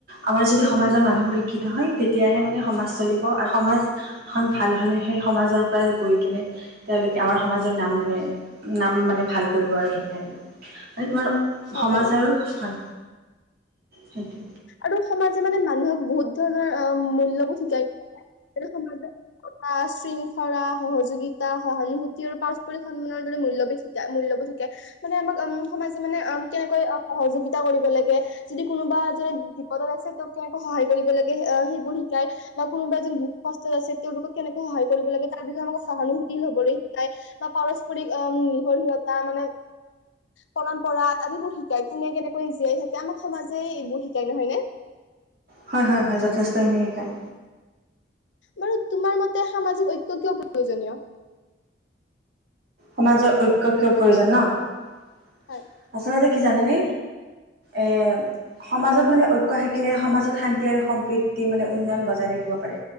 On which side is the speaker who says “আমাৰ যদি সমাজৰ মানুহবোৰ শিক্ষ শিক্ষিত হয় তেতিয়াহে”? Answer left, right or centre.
Right